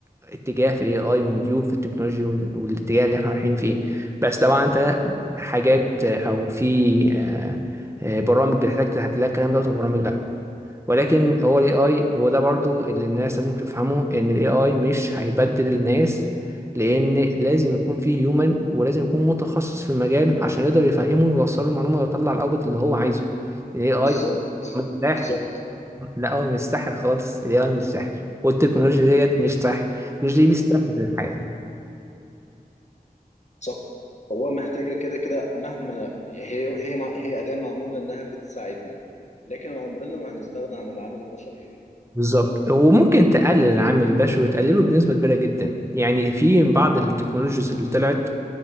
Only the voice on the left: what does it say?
بالظبط
بالظبط
صح هو محتاجه كده كده مهما هي هي مع- هي اداه معموله انها بتساعدنا لكن عمرنا ما هنستغنى عن العامل البشري فيها